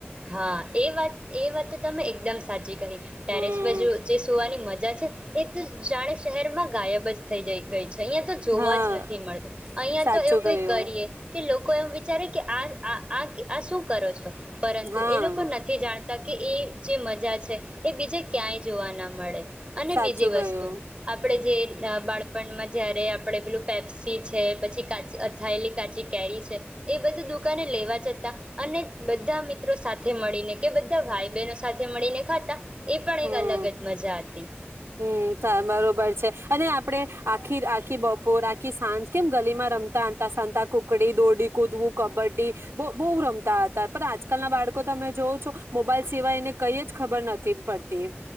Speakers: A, on the right; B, on the right.
A: હા એ વાત એ વાત તો તમે એકદમ સ સાચી કહી. ટેરેસ
B: હમ
A: પર જુ જે સુવાની મજા છ એક તો જાણે શહેરમાં ગાયબ જ થઈ જઈ ગ ગઈ છે. અહીયા તો જોવા
B: હા
A: જ નથી મળતી. અહિયાં
B: સાચું
A: તો એવું કઈ
B: ગયું
A: કરીએ કે લો કોઈ એમ વિચારે કે આ-આ-આ-આ શું કરો છો? પરંતુ
B: હા
A: એ લોકો નથી જાણતા તી કે એ જે મજા છે એ બીજે ક્યાંય જોવા ના મળે. અને
B: સાચું
A: બીજી વસ્તુ,
B: ગયું
A: આપણે જે જ બાળપણમાં જયારે આપડે પેલું પેપ્સી છે, પછી કાચી અથાયેલી કાચી કેરી છે, એ બધું દુ કાને લેવા જતા અને બધા મિત મત્રો સાથે મળીને કે બધા ભાઈ બહેનો સાથે મળીને ખાતા. એ પણ
B: હમ્મ-હમ્મ,
A: એક અલગ જ મજા હતી
B: સા બરોબર છે અને આપડે આ આખી-આખી બપોર, આખી સાંજ કેમ ગલીમાં રમતા હતા, સાતા કુકડી, દોરડી કૂદવું, કબડ્ડી બહું-બહુ રમતા હતા પણ આજકાલ ના બાળકો તમે જોઓ છો મોબાઈલ સિવાય એને કઈ જ ખબર નથી પડ તી.